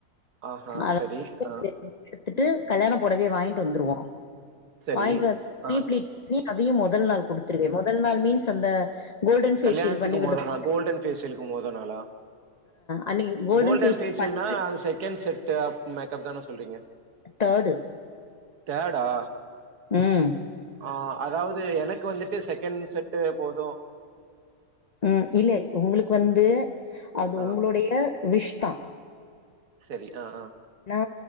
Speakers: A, on the right; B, on the left.
A: ஆஹா
B: அதுல
A: சரி
B: <inaudible>
A: ஆ
B: எட்த்துட்டு கல்யாண பொடவைய வாய்ங்ட்டு வந்துருவோ
A: சரி
B: வாய்ங்ட்டு வந்து ஃப்ரீ
A: ஆ
B: ப்ளீட்டிங் பண்ணி அதையு மொதல் நாள் குடுத்துருவே மொதல் நாள் மீன்ஸ் அந்த கோல்டன் ஃபேஷியல்
A: கல்யாண்த்துக்கு
B: பண்ணி
A: மொத
B: விடுறது
A: நாள் கோல்டன் ஃபேசியலுக்கு மொத நாளா
B: அன்னைக்கு
A: கோல்டன்
B: ஃபேஷியல்
A: ஃபேசியல்னா
B: பண்
A: அது செகண்ட் செட்டு அப் மேக்கப் தான சொல்றீங்க
B: தேடு
A: தேடா
B: ம்
A: ஆ அதாவ்து எனக் வந்துட்டு செகண்ட் செட்டு போது
B: ம் இல்ல உங்களுக் வந்து அது
A: ஆ
B: உங்களுடைய விஷ் தா
A: செரி ஆ ஆ
B: ஏனா